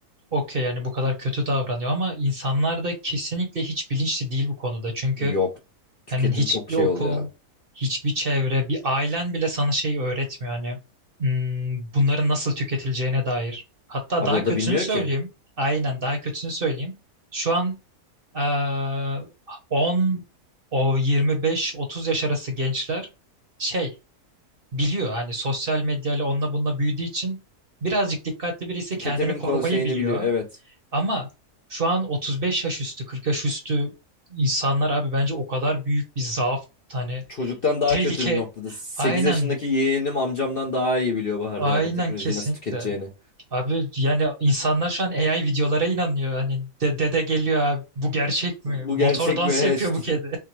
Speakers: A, on the right (about 40°); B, on the left (about 45°).
A: okey yani bu kadar kötü davranıyor ama insanlar da kesinlikle hiç bilinçli değil bu konuda. Çünkü
B: Yok tüketim
A: hani hiçbir
B: çok şey
A: okul,
B: oldu ya
A: hiçbir çevre, bir ailen bile sana şeyi öğretmiyor hani hmm, bunların nasıl tüketileceğine dair. Hatta
B: abi
A: daha
B: o
A: kötüsünü
B: da bilmiyor
A: söyleyeyim.
B: ki
A: Aynen daha kötüsünü söyleyeyim. Şu an eee 10 o 25-30 yaş arası gençler şey biliyor hani sosyal medyayla onunla bununla büyüdüğü için birazcık dikkatli birisi
B: tüketimin
A: kendini korumayı
B: ko- şeyini
A: biliyor.
B: biliyor evet.
A: Ama şu an 35 yaş üstü, 40 yaş üstü insanlar abi bence o kadar büyük bir zaaf hani
B: çocuktan daha
A: tehlike.
B: kötü bir noktada. Sekiz
A: Aynen,
B: yaşındaki yeğenim amcamdan daha iyi biliyor bu arada
A: aynen
B: hani teknolojiyi
A: kesinlikle.
B: nasıl tüketeceğini.
A: Abi yani insanlar şu an AI videolara inanıyor. Hani de- dede geliyor abi bu gerçek mi?
B: Bu
A: Motor
B: gerçek
A: dansı
B: mi?
A: yapıyor
B: <laughs> İşte.
A: bu kedi.